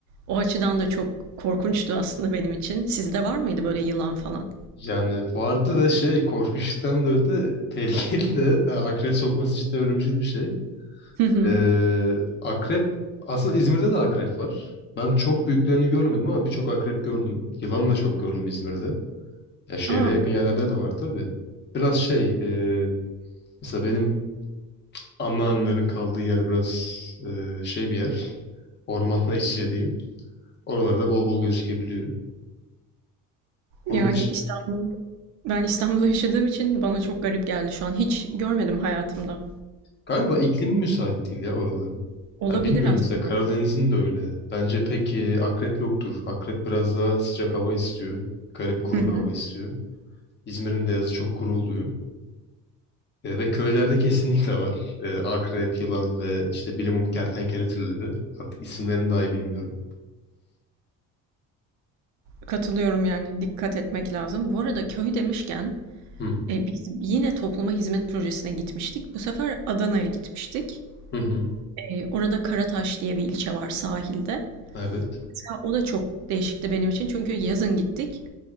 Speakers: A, on the right; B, on the left.
A: O açıdan da çok korkunçtu aslında benim için. Sizde var mıydı böyle yılan falan?
B: Yani vardı da şey korkunçtan da öte tehlikeli de <laughs> yani akrep sokması cidden ölümcül bir şey.
A: Hı hı.
B: Ee, akrep aslında İzmir'de de akrep var. Ben çok büyüklerini görmedim ama birçok akrep gördüm. Yılan da çok gördüm İzmir'de. Ya şehre
A: Aa,
B: yakın yerlerde de var tabii. Biraz şey e, mesela benim anneannemlerin kaldığı yer biraz e, şey bir yer. Ormanla iç içe diyeyim. <laughs> Oralarda bol bol gözükebiliyor. Onun
A: yani
B: dışında...
A: İstanbul, ben İstanbul'da yaşadığım için bana çok garip geldi şu an. Hiç görmedim hayatımda.
B: Galiba iklimi müsait değil ya oraların.
A: Olabilir
B: Ya bilmiyorum
A: aslında.
B: mesela Karadeniz'in de öyle. Bence pek e, akrep yoktur. Akrep biraz daha sıcak hava istiyor. Garip kuru
A: Hı hı.
B: bir hava istiyor. İzmir'in de yazı çok kuru oluyor. E, ve köylerde kesinlikle var. E, akrep, yılan ve işte bilimum kertenkele türleri. Artık isimlerini dahi bilmiyorum.
A: Katılıyorum yani dikkat etmek lazım. Bu arada köy demişken
B: Hı.
A: Eee, biz yine topluma hizmet projesine gitmiştik. Bu sefer Adana'ya gitmiştik.
B: Hı hı.
A: Eee, orada Karataş diye bir ilçe var sahilde.
B: Evet.
A: Mesela o da çok değişikti benim için çünkü yazın gittik.